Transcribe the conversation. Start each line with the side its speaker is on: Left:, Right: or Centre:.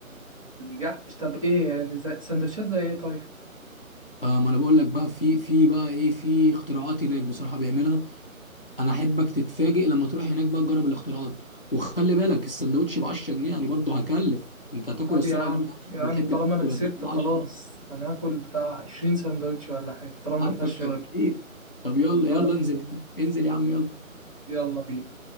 Right: الجحش طب ايه يعني زي- سندوتشات زي ايه طيب
Left: آه ما انا بقول لك بقى في في بقى ايه في اختراعات هناك بصراحه بيعملها انا احبك تتفاجئ لما تروح هناك بقى تجرب الاختراعات وخلي بالك السندوتش ب 10 جنيه يعني برضه هكلف انت هتاكل
Right: طب
Left: الصلاه
Right: يا عم
Left: على النبي عارفك
Right: يا
Left: بتحب
Right: عم طالما
Left: تاكل
Right: انا كسبت
Left: هتاكل
Right: خلاص
Left: 10
Right: انا هاكل بتاع 20 سندوتش ولا حاجه طالما
Left: عارفك
Right: ما فيهاش شاورما
Left: اكيد طب يلا
Right: ها
Left: يلا انزل انزل يا عم يلا
Right: يلا بينا